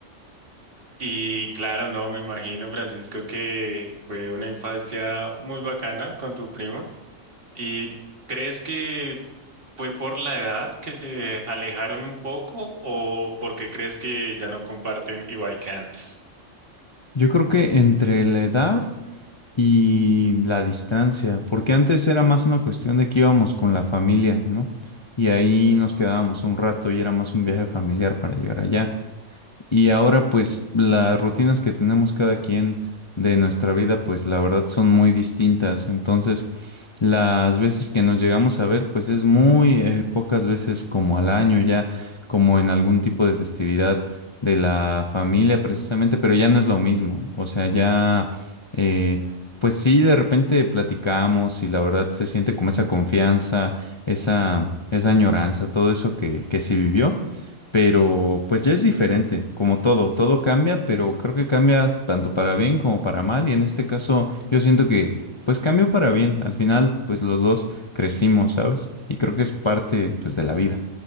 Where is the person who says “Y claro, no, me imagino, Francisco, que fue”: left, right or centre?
Right